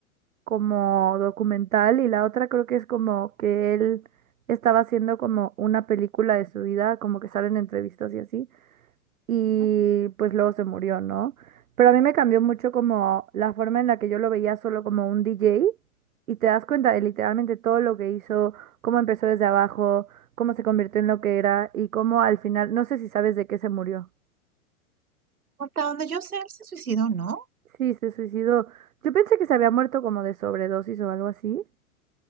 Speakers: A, on the right; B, on the right.
A: como documental y la otra creo que es como que él estaba haciendo como una película de su vida, como que salen entrevistas y así. Y
B: ¿No?
A: pues luego se murió, ¿no? Pero a mí me cambió mucho como la forma en la que yo lo veía solo como un DJ y te das cuenta de literalmente todo lo que hizo, cómo empezó desde abajo, cómo se convirtió en lo que era y cómo al final, no sé si sabes de qué se murió.
B: Hasta donde yo sé, él se suicidó, ¿no?
A: Sí, se suicidó. Yo pensé que se había muerto como de sobredosis o algo así,